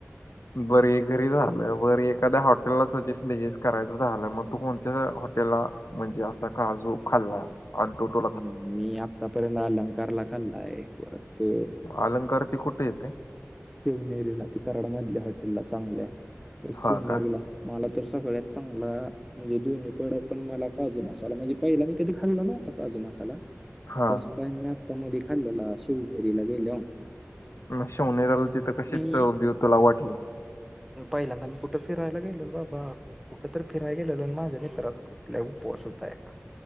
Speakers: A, on the left (about 70°); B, in the centre.
A: बर हे घरी झालं. बर एखादा हॉटेलला सजेस्ट- बेजेस्ट करायचं झालं मग तू कोणत्या हाॅट टेला म्हणजे असा काजू खाल्ला आणि तो त
B: हम्म मी आत्तापर्यंत अलंकारला खाल्लाय परत
A: अलंकार ते कुठं येतय?
B: शिवनेरीला ते कराड मधल्या हॉटेलला चांगल्या तर शिवनेरीला.
A: हा का
B: मला तर सगळ्यात चांगला म्हणजे दोन्ही पड पण मला काजू मसाला म्हणजे पहिला मी कधी खाल्ला नव्हता काजू मसाला.
A: हा
B: फर्स्ट टाइम मी आता मधी खाल्लेला शिवनेरीला गेल्याव.
A: मग शिवनेरीला तिथं कशीच
B: मी
A: चव-बिव तुला वाटली?
B: पहिल्यांदा मी कुठ फिरायला गेलेलो बाबा, कुठं तर फिरायला गेलेलो आणि माझ्या मित्रा कुटल्या उपवास होता एका